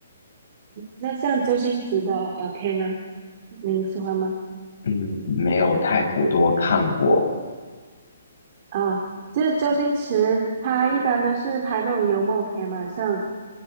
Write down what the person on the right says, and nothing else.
那像周星驰的呃片呢，您喜欢吗？
啊、就是周星驰他一般都是拍那种幽默片嘛，像